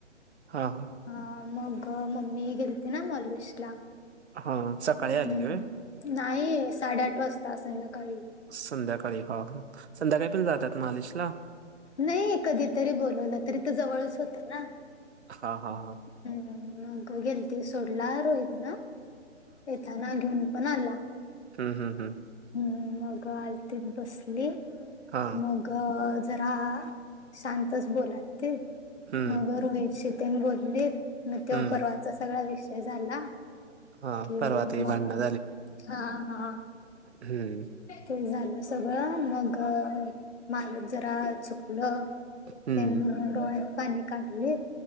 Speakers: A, on the right; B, on the left.
A: हां हां.
B: हा मग मम्मी गेलती ना मॉलश ला
A: हा, सकाळी
B: हम्.
A: आलेले व्हय?
B: नाही साडेआठ वाजता संंध्याकाळी
A: संध्याकाळी हा संध्याकाळी पण जातात महालेश ला.
B: नाही कधीतरी बोलवलं तरी तर जवळच होतं ना.
A: हा हा हा.
B: हम्म मग गेल ती सोडला रहेत ना येत. घेऊन पण आला.
A: हम् हम् हम.
B: हम्म मग आलतीत बसली
A: हां.
B: मग जरा शांतच बोलायते
A: हं,
B: मग रोई शितन बोलले. म ते
A: हं.
B: परर्वाचा सगळा विषय झाला.
A: हां.
B: क
A: परवा ती
B: मग
A: भांडणं
B: हा हा.
A: हम्म.
B: ते झालं सगळं मग माल जरा चुकलं.
A: हं,
B: त्यां म्हणून डोळ्यात पाणी काढले.